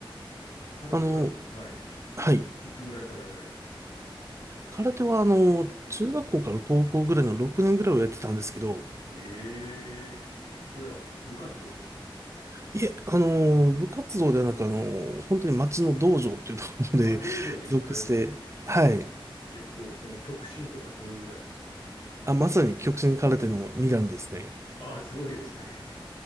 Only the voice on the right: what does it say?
あの、
はい。
空手はあの、中学校から高校ぐらいの6年ぐらいをやってたんですけど、
いえ、あの、部活動ではなく、あの、本当に町の道場っていうところまで属して、
はい。
あ、まさに極真空手の2段ですね。